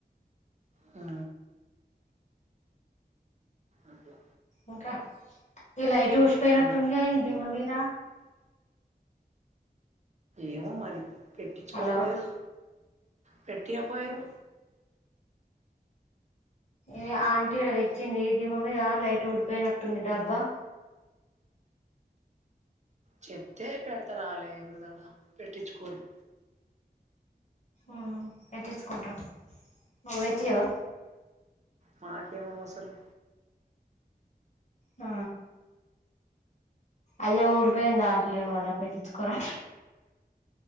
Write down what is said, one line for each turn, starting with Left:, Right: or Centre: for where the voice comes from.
Right: హా అట్లా
Left: ఇంకా ఈ లైట్ ఊసిపోయినట్టుందిగా
Right: ఉమ్.
Left: ఈ దిమ్మ మీద
Right: ఏమో మరి పెట్టించుకోపోయిరు
Left: హలో
Right: పెట్టయాపొయ్యిరూ
Left: ఏ ఆంటీ ఇక్కడ తెచ్చింది దిమ్మ మీద లైట్ ఊడిపోయినట్టుంది డబ్బా ఆ
Right: చెప్తే పెడత రాలే ఏముందడా పెట్టించుకోరు
Left: ఉ పెట్టిచుకుంటా నువ్ వెట్టియవా
Right: మాకేమవసరం
Left: ఆ అయ్యో ఊడిపోయిందంట్లేవ్ గదా పెట్టిచుకోరా